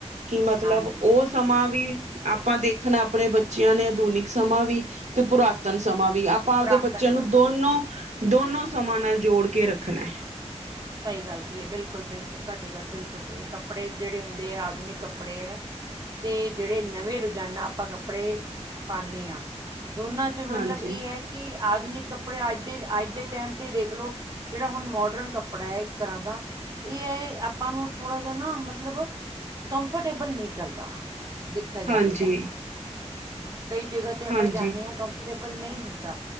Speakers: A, on the right; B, on the right.
A: ਕਿ ਮਤਲਬ
B: ਹਾਂਜੀ
A: ਉਸ ਸਮਾਂ ਵੀ ਆਪਾਂ ਦੇਖਣਾ ਆਪਣੇ ਬੱਚਿਆਂ ਨੇ ਆਧੁਨਿਕ ਸਮਾਂ ਵੀ ਤੇ ਪੁਰਾਤਨ ਸਮਾਂ ਵੀ ਆਪਾਂ
B: ਪੁਰਾਤਨ
A: ਆਪਦੇ ਬੱਚਿਆਂ ਨੂੰ
B: ਸਮਾਂ
A: ਦੋਨੋ,
B: ਬਿਲਕੁਲ
A: ਦੋਨੋ ਸਮਾਂ ਨਾਲ ਜੋੜ ਕੇ ਰੱਖਣਾ।
B: ਸਹੀ ਗੱਲ ਕਹੀ ਐ, ਬਿਲਕੁਲ-ਬਿਲਕੁਲ ਤੁਹਾਡੀ ਗੱਲ ਬਿਲਕੁਲ ਸਹੀ ਐ ਕੱਪੜੇ ਜਿਹੜੇ ਹੁੰਦੇ ਆ ਆਧੁਨਿਕ ਕੱਪੜੇ ਐ। ਤੇ ਜਿਹੜੇ ਨਵੇਂ ਰੋਜ਼ਾਨਾ ਆਪਾਂ ਕੱਪੜੇ ਪਾਦੇ ਆ। ਦੋਨਾਂ ਚ
A: ਹਾਂਜੀ
B: ਮਤਲਬ ਇਹ ਐ। ਕਿ ਆਧੁਨਿਕ ਕੱਪੜੇ ਅੱਜ ਦੇ ਅੱਜ ਦੇ ਟੈਮ ਤੇ ਦੇਖਲੋ ਜਿਹੜਾ ਹੁਣ ਮੋਡਰਨ ਕੱਪ ਕੱਪੜਾ ਐ ਇੱਕ ਤਰ੍ਹਾਂ ਦਾ ਇਹ ਏ, ਆਪਾਂ ਨੂੰ ਥੋੜਾ ਜਿ ਨਾ ਮਤਲਬ ਕੰਫਰਟੇਬਲ ਨਹੀਂ ਕਰਦਾ। ਦੇਖਿਆ ਜਾਵੇ
A: ਹਾਂਜੀ
B: ਤਾਂ ਕਈ ਜਗ੍ਹਾ ਤੇ ਆਪਾਂ
A: ਹਾਂਜੀ
B: ਜਾਂਦੇ ਆ। ਸੂਟੇਬਲ ਨਈ ਹੁੰਦਾ